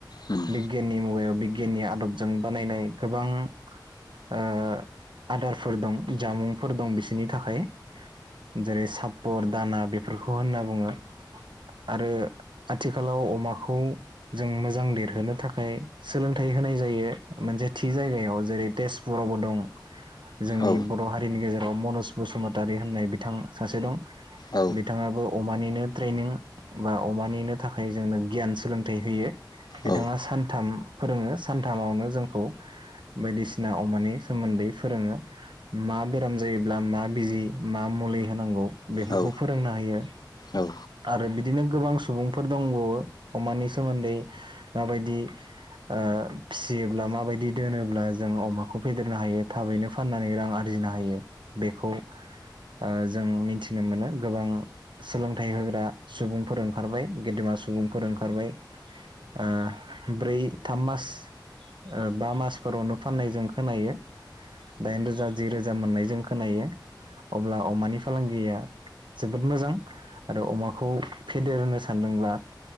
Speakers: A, on the left; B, on the right.
A: उम
B: बिगियाननि मुगायाव बिगियाननि आदब जों बानायनाय गोबां ओ आदारफोर दं जामुंफोर दं बिसोरनि थाखाय। जेरै सापर दाना बेफोरखौ होनना बुङो आरो आथिखालाव अमाखौ जों मोजां देरहोनो थाखाय सोलोंथाइ होनाय जायो। मोनसे थि जायगायाव जेरै तेजपुरावबो दं। जोंनि
A: औ
B: बर' हारिनि गेजे राव मनज बसुमतारि होननाय बिथां सासे दं।
A: औ
B: बिथाङाबो अमानिनो ट्रेनिं बा अमानिनो थाखाय जोंनो गियान सोलोंथाइ होयो। बिथाङा
A: औ
B: सानथाम फोरोङो सानथामावनो जोंखौ बायदिसिना अमानि सोमोन्दै फोरोङो मा बेराम जायोब्ला मा बिजि मा मुलि होनांगौ बेफोरखौ
A: औ
B: फोरोंना होयो
A: औ
B: आरो बिदिनो गोबां सुबुंफोर दंबावो अमानि सोमोन्दै माबायदि ओ फि सियोब्ला माबायदि दोनोब्ला जों अमाखौ फेदेरनो हायो थाबैनो फाननानै रां आरजिनो हायो बेखौ ओ जों मिथिनो मोनो गोबां सोलोंथाइ होग्रा सुबुंफोर ओंखारबाय गेदेमा सुबुंफोर ओंखारबाय ओ ब्रै थाम मास ओ बा मासफोरावनो फाननाय जों खोनायो। दाइन रोजा जि रोजा मोननाय जों खोनायो। अब्ला अमानि फालांगिया जोबोद मोजां आरो अमाखौ फेदेरनो सानदोंब्ला